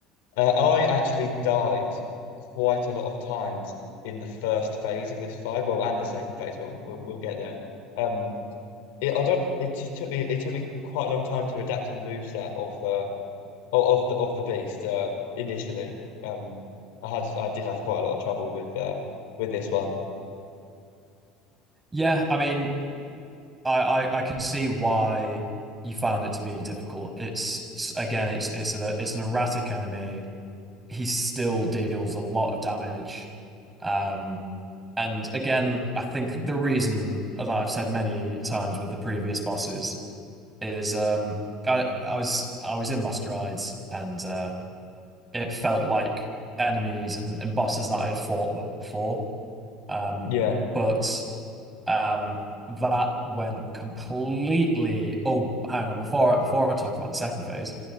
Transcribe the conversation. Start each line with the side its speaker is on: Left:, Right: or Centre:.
Left: Uh, I actually died quite a lot of times in the first phase of this fight. Well, and the second phase, but we'll we'll get there. Um, it, I don't. It just took me. It took me quite a long time to adapt to the moveset of uh o- of the of the beast. Uh, initially, um, I had I did have quite a lot of trouble with uh with this one.
Right: Yeah, I mean. I, I I can see why you found it to be difficult. It's it's- again, it's it's a it's an erratic enemy. He still deals a lot of damage. Um, and again, I think the reason that I've said many times with the previous bosses is um I I was I was in my strides and uh it felt like enemies and, and bosses that I'd fought before. Um,
Left: Yeah.
Right: but um, that went completely. Oh, hang on. Before I, before I talk about the second phase,